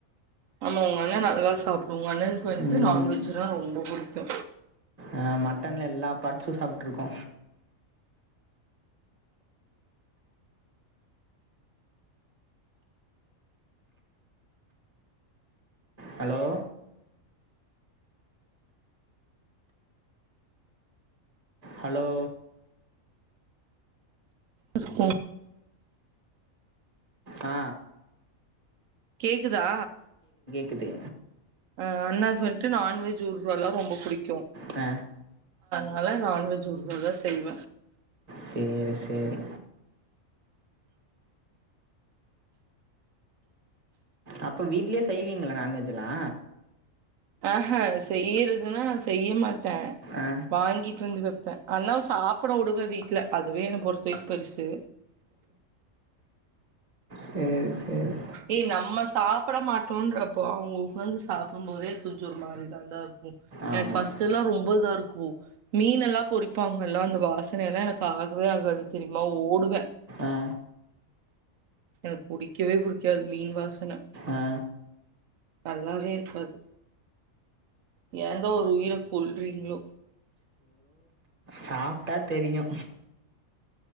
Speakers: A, on the right; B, on the right.
A: ஆமா உங்கண்ண நல்லா சாப்டுவாண்ண க்கு வன்ட்டு
B: ம்
A: நான்வெஜ்ஜு னா ரொம்ப புடிக்கு
B: அ மட்டன் எல்லா பாட்ஸு சாப்ட்ருக்கோ ஹலோ ஹலோ
A: இருக்கு
B: ஆ
A: கேக்குதா
B: குது
A: அ அண்ணாக் வன்ட்டு நான்வெஜ் ஊர்காலா ரொம்ப புடிக்கு
B: அ
A: னால நான்வெஜ் ஊர்கா தா செய்வ
B: சேரி சேரி அப்ப வீட்லியே செய்வீங்களா நான்வெஜ்ஜுலா
A: ஆ செய்றதுன்னா செய்ய மாட்ட
B: ஆ
A: வாங்கிட்டு வந்து வெ அண்ணாவ சாப்ட விடுவே வீட்ல. அதுவே என்னை பொறுத்தவரைக்கு பெருசு.
B: செரி செரி
A: ஏய் நம்ம சாப்ட மாட்டோன்றப்போ அவங்களுக்கு வந்து சாப்டம்போதே கொஞ்சு ஒரு மாதிரிதாண்டா இருக்கு.
B: ஆமாம்
A: எனக் பஸ்ட் எல்லா ரொம்ப ரொம்ம்பதா இருக்கூ. மீன்னெல்லா பொறிப்பாங்கல்ல, அந்த வாசனை எல்லா எனக்கு ஆகவே ஆகாது தெரியுமா ஓடுவே.
B: ஆ
A: எனக்கு புடிக்கவே புடிக்காது மீன் வாசனை,
B: ஆ
A: நல்லாவே இருக்காது. ஏந்தா ஒரு உயிர கொல்றீங்ளோ?
B: சாப்ட்டா தெரியு